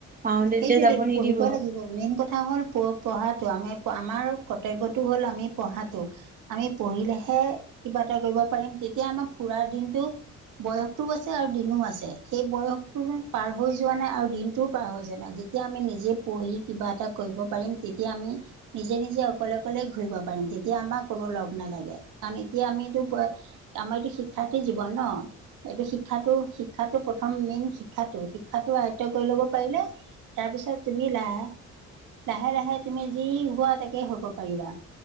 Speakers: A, on the right; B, on the right.
A: মাহঁতে
B: সেইটোৱেতো
A: এতিয়া যাব- নিদিব
B: পঢ়িব লাগিব। মেইন কথা হ'ল প পঢ়াটো। আমাৰ, আমাৰ কৰ্তব্যটো হ'ল আমি পঢ়াটো। আমি পঢ়িলেহে কিবা এটা কৰিব পাৰিম, তেতিয়া আমাৰ ফুৰাৰ দিনটো- বয়সটোও আছে আৰু দিনো আছে। সেই বয়সতো পাৰ হৈ যোৱা নাই আৰু দিনতো পাৰ হৈ যোৱা নাই। যেতিয়া আমি নিজে পঢ়ি কিবা এটা কৰিব পাৰিম, তেতিয়া আমি- নিজে নিজে অকলে অকলে ঘূৰিব পাৰিম, তেতিয়া আমাক কোনো লগ নালাগে। কাৰণ এতিয়া আমিটো- আমাৰ এইটো শিক্ষাৰ্থী জীৱন ন। এইটো শিক্ষাটো, শিক্ষাটো প্ৰথম মেইন শিক্ষাটো। শিক্ষাটো আয়ত্ব কৰি ল'ব পাৰিলে, তাৰপিছত তুমি লাহ। লাহে লাহে তুমি যি হোৱা তাকে হ'ব পাৰিবা।